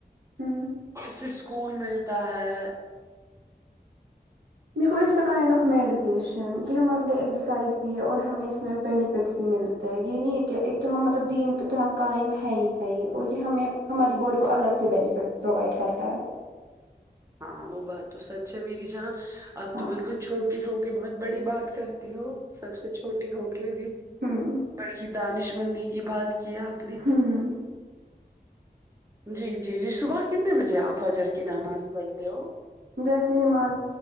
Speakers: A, on the right; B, on the right.
A: ہوں
B: اس سے سکون ملتا ہے
A: دیکھو it's a kind of medication یے ہمارے لیے ایکسرسائز بھی ہے اور ہمیں اس میں بینیفٹس بھی ملتے تے یے نہیں ہے کہ ایک تو ہم مطلب دین پے تو ہم قائم ہے ہی ہے ہی اور یے ہمیں ہماری باڈی کو الگ سے بینیفٹ پرووائڈ کرتا ہے
B: ہاں وہ بات تو سچ ہے میری جان آپ
A: ہاں
B: تو بالکل چھوٹی ہو کے بہت بڑی بات کرت تی ہو سب سے چھوٹی ہوکے بھی
A: ہوں
B: بڑی ہی دانش مندی کی بات کی آپ نے
A: ہوں
B: جی جی جی صبح کتنے بجے آپ فجر کی نماز پڑھتے ہو
A: جیسے نماز